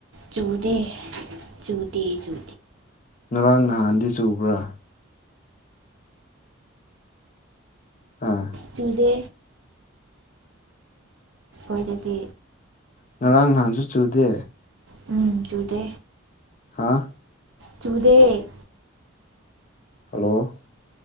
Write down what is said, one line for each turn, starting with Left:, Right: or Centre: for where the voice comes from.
Right: ꯆꯗꯦ ꯆꯗꯗ
Left: ꯉꯔꯥꯡ ꯅꯍꯥꯟꯗꯤ ꯆꯨꯕ꯭ꯔꯥ ꯑ
Right: ꯆꯨꯗꯦ ꯑꯩꯣꯏꯗꯗꯤ
Left: ꯉꯔꯥꯡ ꯅꯍꯥꯟꯁꯨ ꯆꯨꯗꯦ
Right: ꯎꯝ ꯆꯨꯗꯦ
Left: ꯑ
Right: ꯆꯨꯗꯦꯛ
Left: ꯍꯜꯂꯣ